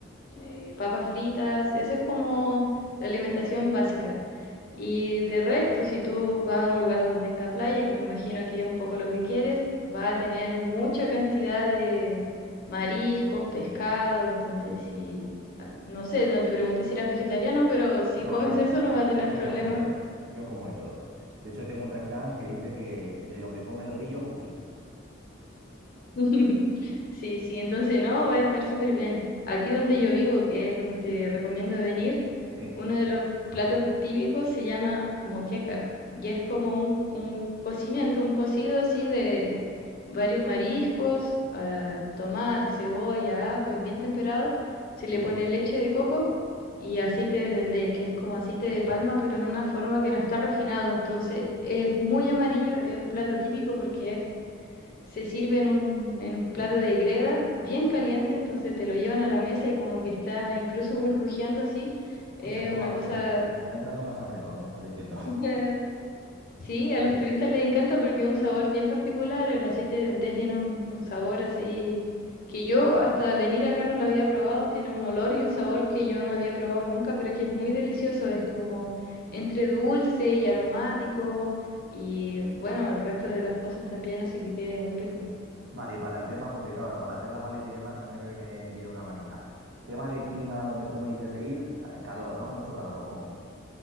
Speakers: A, on the left; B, on the right.
A: eh, papas fritas, eso es como la alimentación básica. Y de resto, si tú vas a un lugar donde tenga playa, que me imagino que es un poco lo que quieres, va a tener mucha cantidad de mariscos, pescado, entonces si, ah, no sé, no te pregunté si eras vegetariano, pero si
B: No,
A: comes
B: no,
A: eso
B: no. no.
A: no va a tener
B: Yo como
A: problemas.
B: de todo. Yo como de todo. De hecho, tengo un refrán que dice que de lo que come el grillo, poquillo.
A: <laughs> Sí, sí, entonces no, va a estar súper bien. Aquí donde yo vivo, que es donde te recomiendo venir,
B: ¿Sí?
A: uno de los platos típicos se llama moqueca y es como un, un cocimiento, un cocido así de varios mariscos, ah, tomate, cebolla, ajo, es bien temperado. Se le
B: ¿Sí?
A: pone leche de coco y aceite de dendé, que es como aceite de palma, pero en una forma que no está refinado. Entonces es muy amarillo, es un plato típico porque es- se sirve en un, en un plato de greda bien caliente, entonces te lo llevan a la mesa y como que está incluso burbujeando así.
B: Escucha,
A: Es
B: tengo
A: una
B: hambre,
A: cosa
B: ¿eh? Y me está entrando más hambre con lo que me estás diciendo. <laughs>
A: <laughs> Sí, a los turistas les encanta porque es un sabor bien particular. El aceite de dendé tiene un, un sabor así que yo hasta venir acá no lo había probado. Tiene un olor y un sabor que yo no había probado nunca, pero que es muy delicioso. Es como entre dulce y aromático y bueno, el resto de las cosas también, así que quede muy rico.
B: Vale, y para el tema, porque claro, para hacer la maleta y demás también me viene bien una manita. Tema de clima donde tú me dices de ir, eh, calor, ¿no? Mucho calor, ¿o cómo?